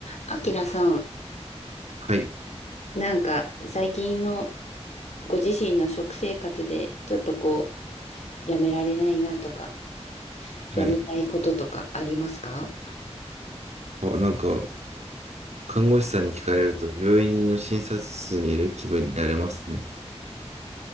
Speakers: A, on the left (about 80°); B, on the right (about 75°).
A: あきらさん、
B: はい。
A: なんか最近のご自身の食生活でちょっとこうやめられないなとか、
B: はい。
A: やめたいこととかありますか
B: あ、なんか、看護師さんに聞かれると、病院の診察室にいる気分になれますね。